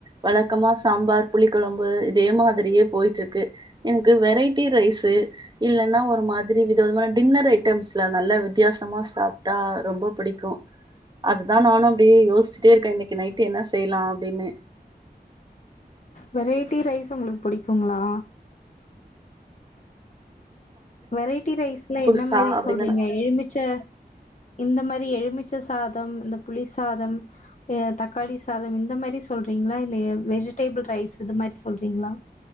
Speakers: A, on the right; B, on the left.
A: வழக்கமா சாம்பார் புளி குழம்பு இதே மாதிரியே போயிட்ருக்கு எனக்கு வெரைட்டி ரைஸு இல்லன்னா ஒரு மாதிரி வித விதமான டின்னர் ஐட்டம்ஸ்ல நல்ல வித்தியாசமா சாப்ட்டா ரொம்போ பிடிக்கு அதா நானு அப்டியே யோஸ்ச்சுட்டே இருக்கே இன்னைக்கு நைட்டு என்ன செய்லா அப்டினு
B: வெரைட்டி ரைஸ் உங்களுக்கு புடிக்குங்களா வெரைட்டி ரைஸ்ல
A: புதுசா
B: என்ன மாரி
A: அப்டின்னு
B: சொல்றீங்க எலுமிச்ச இந்த மாரி எலுமிச்ச சாதம் இந்த புளி சாதம் தக்காளி சாதம் இந்த மாரி சொல்றீங்ளா இல்ல ய வெஜிடேபிள் ரைஸ் இது மாரி சொல்றீங்ளா